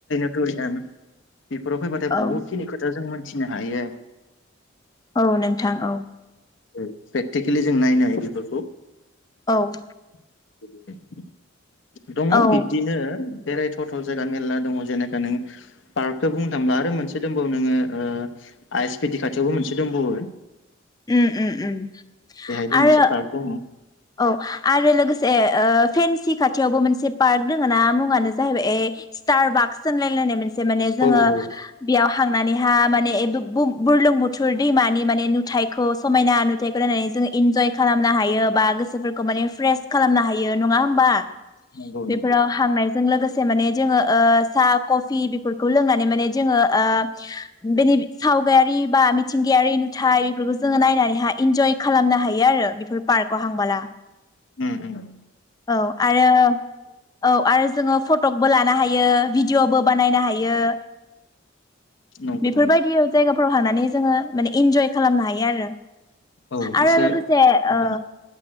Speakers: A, on the left; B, on the left.
A: <unintelligible> थुरियाम बेफोराव फैबाथाय
B: औ
A: बहुदखिनि खोथा जों मोन थिनो हायो।
B: औ नोंथां औ
A: ओ प्रेकटिकेलि जों नायनो हायो बेफोरखौ।
B: औ
A: <unintelligible> दङ
B: औ
A: बिब्दिनो बेरायथाव थाव जायगा मेरला दङ जेनेखा नों पार्कखौ बुंनो थांब्ला आरो मोनसे दंबावो नोङो ओ आइ एस पि ड खाथियावबो मोनसे दंबावो
B: उम उम उम
A: बेहायबो
B: आरो
A: मोनसे पार्क दङ
B: औ आरो लोगोसे ओ फेनसि खाथियावबो मोनसे पार्क दोंङ ना मुङानो जाहैबाय ए स्टार बार्कस होनलायलायनाय मोन से माने जोङो
A: औ औ
B: बेयाव खांनानैहा माने ए बु-बु-बुरलुंबुथुर दैमानि माने नुथथायखौ समायना नुथायाइखौ नायनानै जों इन्जय खालामनो हायो बा गो सोफोरखौ माने फ्रेस खालामनो हायो नङा होमबा
A: नंगौ
B: बेफोराव
A: नंगौ
B: हांनाय जों लोगोसे माने जोंङो ओ साहा कफि बेफोरखौ लोंनानै माने जोंङो ओ बेनि सावगायारि बा मिथिंगायारि नुथायाइ बेफोरखौ जोङो नायनानैहा इन्जय खालामनो हायो आरो बेफोर पार्कआव हांबोला।
A: ओम ओम
B: औ आरो औ आरो जोंङो फटकबो लानो हायो भिडिअ'बो बानायनो हायो।
A: नंगौ
B: बेफोरबायदियाव जायगा फोराव हांनानै जोङो माने इन्जय खालामनो हायो आरो।
A: औ
B: आरो
A: एसे
B: लोगोसे
A: मोजां
B: ओ